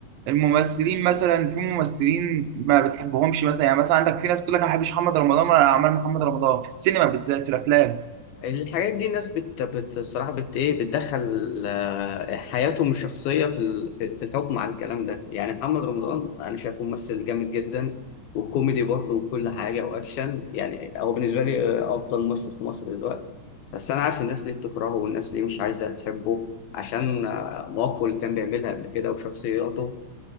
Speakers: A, on the right; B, on the left.
A: الممثلين مثلا في ممثلين ما بتحبهمش مثلا يعني مثلا عندك في ناس بتقول لك انا ما بحبش محمد رمضان ولا اعمال محمد رمضان في السينما بالذات في الافلام
B: الحاجات دي الناس بت... بت... الصراحة بت... إيه بتدخل آه، حياتهم الشخصية في ال- في في الحكم على الكلام ده يعني محمد رمضان أنا شايفه ممثل جامد جدا وكوميدي برضه وكل حاجة وأكشن يعني هو بالنسبة لي آه، أفضل ممثل في مصر دلوقتي بس أنا عارف الناس ليه بتكرهه والناس ليه مش عايزة تحبه عشان آه، مواقفه اللي كان بيعملها قبل كده وشخصياته